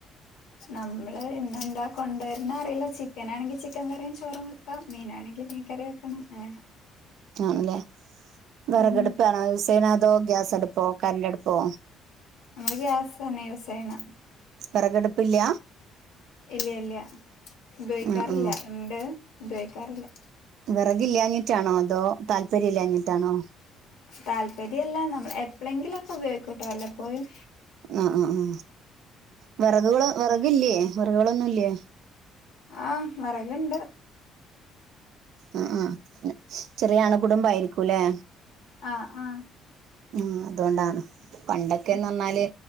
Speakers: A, on the left; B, on the right.
A: നമ്മള് ഇന്നെന്താ കൊണ്ടുവരുന്ന അറിയില്ല ചിക്കൻാണെങ്കിൽ ചിക്ക കറിയും ചോറും വെ ക്ക മീനാണെങ്കിമീൻ കറി വെക്കണം എഹേ
B: ആണല്ലേ വിറകടുപ്പാണോ
A: ഉം
B: യൂസ് ചെയ്യണ് അതോ ഗ്യാസ അടുപ്പോ കറണ്ട് അടുപ്പോ
A: നമ്മള് ഗ്യാസ് തന്നെ യൂസ്ചെയ്ണ്
B: വെറക് അടുപ്പില്ല
A: ഇല്ല്യ ഇല്ല്യ ഉപയോഗിക്കാറില്ല
B: ആ ആ
A: ഇണ്ട് ഉപയോഗിക്കാറില്ല
B: വെറകില്ലാഞ്ഞിട്ടാണോ അതോ താല്പര്യം ഇല്ലാഞ്ഞിട്ടാണോ?
A: താല്പര്യല്ല നമ്മ എപ്പളെങ്കിലൊക്കെ ഉപയോഗിക്കുട്ടോ വല്ലപ്പോഴും
B: ആ ആ ആ വെറകുകള് വെറകില്യേ വിറകുകളൊന്നുംല്യേ
A: ആഹ് വെറക്ണ്ട്
B: അ അ ചെറിയ അണുകുടുമ്പായിരിക്കൂലെ
A: ആഹ് ആഹ്
B: ഉം അതോണ്ടാണ് പണ്ടൊക്കെന്ന്
A: ഉം
B: അർഞ്ഞാല്